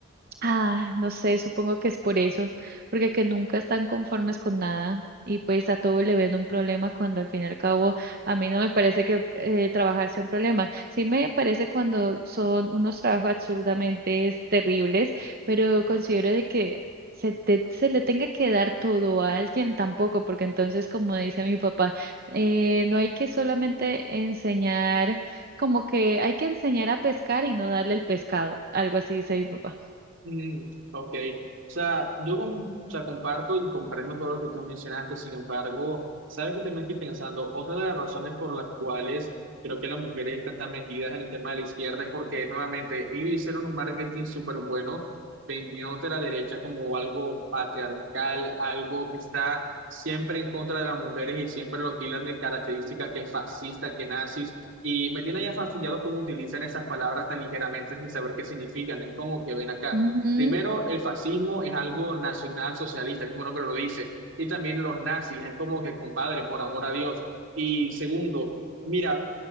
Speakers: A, on the right; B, on the right.
A: Ah, no sé, supongo que es por eso, porque que nunca están conformes con nada y pues a todo le ven un problema cuando al fin y al cabo a mí no me parece que eh, trabajar sea un problema. Sí me parece cuando son unos trabajos absurdamente terribles, pero considero de que se, te- se le tenga que dar todo a alguien tampoco, porque entonces, como dice mi papá, eh, no hay que solamente enseñar, como que hay que enseñar a pescar y no darle el pescado, algo así dice mi papá.
B: Mm, ok, o sea, yo com- o sea, comparto y comprendo todo lo que tú mencionaste, sin embargo, sabes que también estoy pensando, otra de las razones por las cuales creo que las mujeres están tan metidas en el tema de la izquierda es porque nuevamente ellos hicieron un marketing súper bueno, vendiéndote la derecha como algo patriarcal, algo que está siempre en contra de las mujeres y siempre lo tildan de características que es fascista, que nazis. Y me tiene ya fastidiado cómo utilizan esas palabras tan ligeramente sin saber qué significan. Es como que ven acá.
A: Ujú,
B: Primero, el fascismo es algo nacional socialista, el mismo nombre lo dice, y también los nazis, es como que compadre, por amor a Dios. Y segundo, mira,